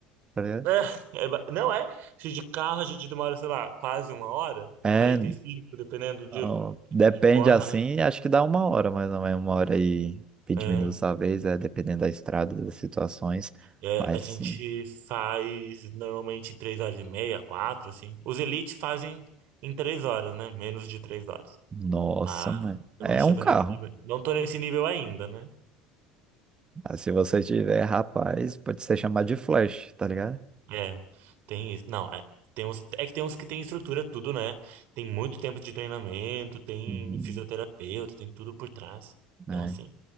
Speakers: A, on the right (about 25°); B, on the right (about 65°).
A: tá ligado?
B: É, é ba- não é? Se de carro a gente demora, sei lá, quase uma hora,
A: É.
B: 45 dependendo
A: Então,
B: de,
A: depende
B: de forma,
A: assim,
B: né?
A: acho que dá uma hora, mais ou menos, uma hora e 20
B: É,
A: minutos talvez, é, dependendo da estrada, das situações.
B: é,
A: Mas
B: a gente
A: sim,
B: faz normalmente três horas e meia, quatro, assim. Os elites fazem em três horas, né? Menos de três horas.
A: nossa,
B: Mas
A: mano.
B: eu
A: É
B: não chego
A: um carro.
B: nesse nível. Não tô nesse nível ainda, né?
A: Ah, Se você tiver, rapaz, pode ser chamado de Flash, tá ligado?
B: É, tem isso. Não, é. Tem uns, é que tem uns que tem estrutura, tudo, né? Tem muito tempo de treinamento, tem
A: Uhum.
B: fisioterapeuta, tem tudo por trás. Então,
A: É.
B: assim.